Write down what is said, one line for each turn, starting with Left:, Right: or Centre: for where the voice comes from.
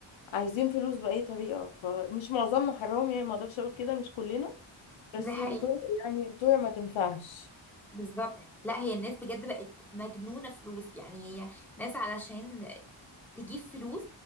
Left: عايزين فلوس باي طريقه فمش معظمنا حرام يعني ما اقدرش اقول كده مش كلنا بس
Centre: دي حقيقة
Left: بتوع يعني بتوع ما تنفعش
Centre: بالظبط لا هي الناس بجد بقت مجنونة فلوس يعني هي ناس علشان تجيب فلوس